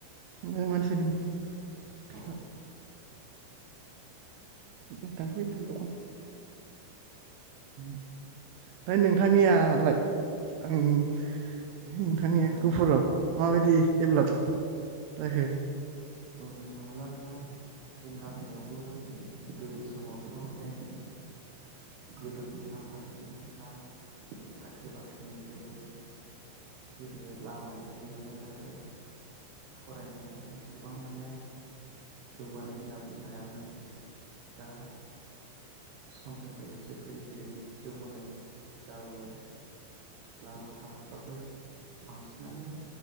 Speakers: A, on the right; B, on the right.
A: ओ मानसि फैदों
B: औ औ।
A: <unintelligible> दखानाव। उम ओमफ्राय नोंथांनियालाय आं नोंथांनि
B: ओ
A: गुफुराव माबायदि डेभलप जाखो?
B: बुंनो थाङोब्ला नोंथां जों गामियावबो गोदो समावथ' अनेख गोदोफबना थानायसोमोन ना साख्रि बाख्रिनि जेबो जेबो लामायानो गैयामोन आरो। फरायनाय मानाय इसेबां माने जौगानाय होनना बुंनो हायामोन दा समजों लोगोसे फैयै फैयै जौगानाय जाबोबाय लामा सामाफ्राबो बांसिनानो